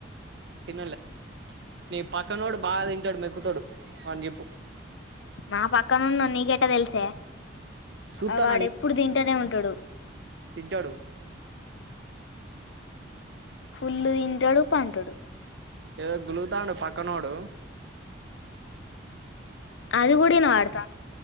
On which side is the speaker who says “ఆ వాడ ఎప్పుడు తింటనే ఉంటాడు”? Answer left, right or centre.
Left